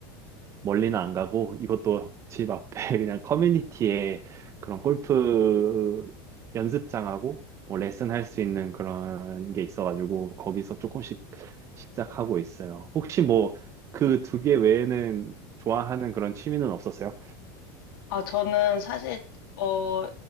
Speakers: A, on the right; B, on the left.
A: 멀리는 안 가고 이것도 집 앞에 <laughs> 그냥 커뮤니티에 그런 골프 연습장하고 뭐 레슨 할 수 있는 그런 게 있어가지고 거기서 조금씩 시작하고 있어요. 혹시 뭐 그 두 개 외에는 좋아하는 그런 취미는 없었어요?
B: 아, 저는 사실, 어,